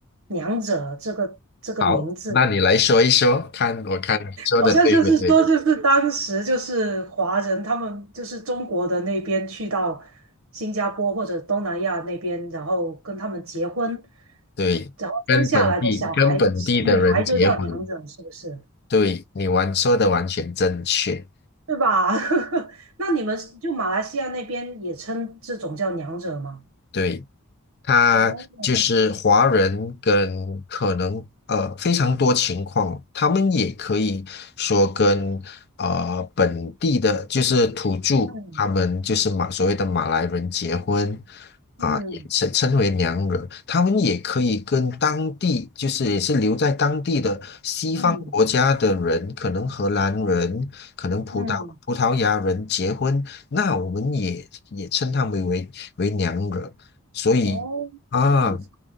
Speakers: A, on the right (about 65°); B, on the left (about 45°).
A: “娘惹”这个这个名字，
B: 好，那你来说一说，看我看你说的对不对？
A: 好像就是说，就是当时就是华人，他们就是中国的那边去到新加坡或者东南亚那边，然后跟他们结婚，
B: 对，
A: 然后生下来的小孩小女孩就叫娘惹，
B: 跟本地跟本地的人结婚，
A: 是不是？
B: 对你完说的完全正确。
A: 对吧？<laughs> 那你们是就马来西亚那边也称这种叫娘惹吗？
B: 对。他就是华人跟可能呃非常多情况，
A: 哦，
B: 他们也可以说跟呃本地的，就是土著，
A: 嗯
B: 他们就是马所谓的马来人结婚，啊，
A: 嗯
B: 也称称为娘惹，他们也可以跟当地，就是也是留在当地的西方国家的人，
A: 嗯
B: 可能荷兰人，可能葡萄葡萄牙人结婚，
A: 嗯，
B: 那我们也也称他们为为娘惹，所以啊，
A: 哦，这样子。